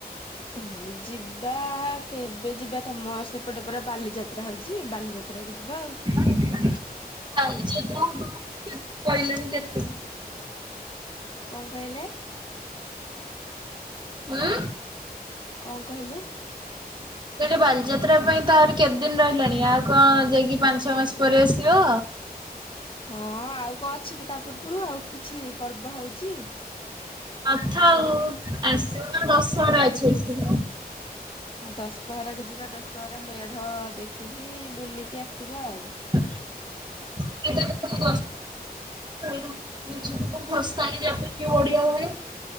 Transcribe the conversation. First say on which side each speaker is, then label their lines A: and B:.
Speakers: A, on the left; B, on the right.
A: ଉଁହୁଁ ଯିବା କେବେ ଯିବା ତମର୍ ସେପଟେ ପରା ବାଲିଯାତ୍ରା ହଉଚି ବାଲିଯାତ୍ ତ୍ରାକୁ ଯିବା ଆଉ।
B: <unintelligible>
A: କଣ କହିଲେ?
B: ମାଁ।
A: ଙ୍କ କହିଲୁ।
B: ତେଠି ବାଲିଯାତ୍ରା ପାଇଁ ତ ଆହୁରି କେଦ୍ ଦିନ୍ ରହିଲାଣି ଆଉ କଣ ଯାଇକି ପାଞ୍ଚ୍ ଛଅ ମାସ୍ ପରେ ଆସିବ।
A: ହଁ ଆଉ ଙ୍କ ଅଛି କି ତା ପୂର୍ବୁରୁ ଆଉ କିଛି ପର୍ବ ହଉଚି।
B: ଆଥାଉ ଆସିବ ନା ଦଶହରା ଅଛି ଆସିବ।
A: ହ ଦଶହରାକୁ ଯିବା ଦଶହରା ମେଢ଼ ଦେଖିକି ବୁଲିକି ଆସିବା ଆଉ।
B: <unintelligible> <unintelligible> ଭସାଣି ଜାଉଚନ୍ତି ଓଡ଼ିଆ ଘରେ।